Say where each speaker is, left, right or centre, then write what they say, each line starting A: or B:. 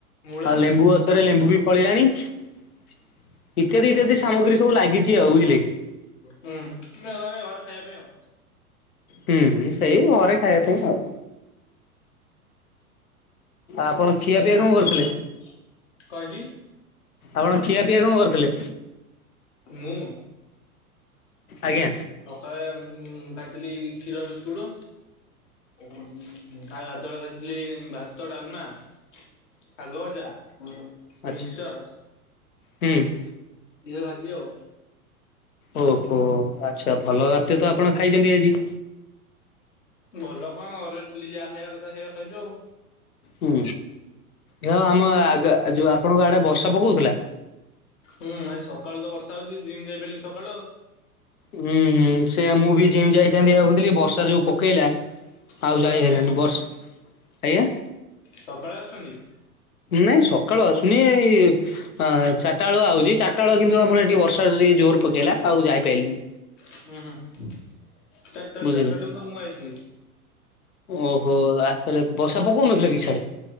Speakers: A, on the left; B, on the left.
A: ମୂଳା
B: ଆଉ ଲେମ୍ବୁ ଗଛ ଥରେ ଲେମ୍ବୁ ବି ଫଳିଲାଣି ଇତ୍ୟାଦି-ଇତ୍ୟାଦି ସାମଗ୍ରୀ ସବୁ ଲାଗିଛି ଆଉ ବୁଝିଲେକି।
A: ହୁଁ <inaudible> ଘରେ ଖାଇବା ପାଇଁ ଆଉ।
B: ହୁଁ-ହୁଁ ସେଇ ଘରେ ଖାଇବା ପାଇଁ ଆଉ। ଆପଣ ଖିଆପିଆ
A: ଏ ଶାଗ
B: କଣ କରିଥିଲେ?
A: ଉପରେ କଣ ହେଇଛି?
B: ଆପଣ ଖିଆପିଆ କଣ କରିଥିଲେ?
A: ମୁଁ?
B: ଆଜ୍ଞା।
A: ସକାଳେ ଉଁ ଉଁ ଖାଇଥିଲି କ୍ଷୀର ବିସ୍କୁଟ ଆଉ ଗାଧୁଆବେଳେ ଖାଇଥିଲି ଭାତ, ଡାଲମା ଶାଗ ଭଜା। ମିକ୍ସଚର
B: ଆଚ୍ଛା ହୁଁ।
A: ଇଏ ଭାଜି ଆଉ।
B: ଓହୋ ଆଚ୍ଛା ଭଲ ଖାଦ୍ୟ ତ ଆପଣ ଖାଇଛନ୍ତି ଆଜି।
A: ଭଲ କଣ ଘରେ ଡେଲି ଯାହା ଖାଇବା କଥା ସେଇଆ ଖାଇଛୁ ଆଉ।
B: ହୁଁ ଯଅ ଆମ ଆଗ ଯୋଉ ଆପଣଙ୍କ ଆଡେ ବର୍ଷା ପକଉଥିଲା?
A: ହୁଁ ଆଜି ସକାଳୁ ତ ବର୍ଷା ହଉଛି ଯିମ ଯାଇ ପାରିଲିନି ସକାଳୁ ଆଉ।
B: ହୁଁ-ହୁଁ ସେଆ ମୁଁ ବି ଯିମ୍ ଯାଇଥାନ୍ତି ଭାବୁଥିଲି ବର୍ଷା ଯୋଉ ପକେଇଲା।
A: ସକାଳେ
B: ଆଉ ଯାଇ
A: ଆସୁଛନ୍ତି?
B: ହେଲାନି ବର୍ଷ ଆଜ୍ଞା।
A: ସକାଳେ ଆସୁଛନ୍ତି?
B: ନାଇଁ ସକାଳୁ ଆସୁନି ଏଇ ହଁ ଚାରଟା ବେଳୁ ଆଉଛି ଚାରଟା ବେଳୁ କିନ୍ତୁ ଆମର ଏଠି ବର୍ଷା ଯଦି ଜୋର ପକେଇଲା ଆଉ ଯାଇପାଇଲିନି।
A: ହୁଁ-ହୁଁ ଚାରିଟା-ଚାରିଟା
B: ବୁଝିଲେ
A: ବେଳକୁ ତ ମୁଁ ଆଇଥିଲି।
B: ଓହୋ ଆ ରେ ବର୍ଷା ପକଉନଥିଲା କି ସାଡେ?